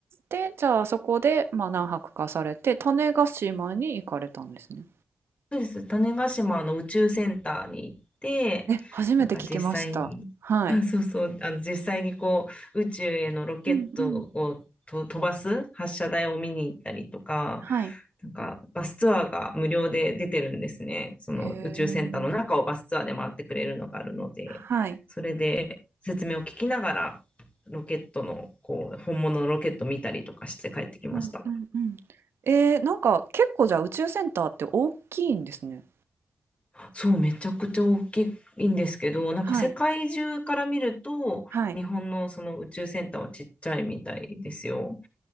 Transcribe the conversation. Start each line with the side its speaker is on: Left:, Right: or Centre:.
Right: で、じゃあそこで、まあ何泊かされて、種子島に行かれたんですね。
Left: そうです。種子島の宇宙センターに行って、
Right: え、初めて聞きました。
Left: なんか実際に、
Right: はい。
Left: あ、そうそう、あの実際にこう、宇宙へのロケットをと飛ばす発射台を見に行ったりとか、
Right: うんうん。はい。
Left: なんかバスツアーが無料で出てるんですね。その宇宙センターの中をバスツアーで回ってくれるのがあるので、
Right: へえ。はい。
Left: それで説明を聞きながら、ロケットの、こう、本物のロケット見たりとかして帰ってきました。
Right: うんうんうん。えー、なんか結構じゃあ宇宙センターって大きいんですね。
Left: そう、めちゃくちゃ大きいんですけど、なんか世界中から見ると、
Right: はい。はい。
Left: 日本のその宇宙センターはちっちゃいみたいですよ。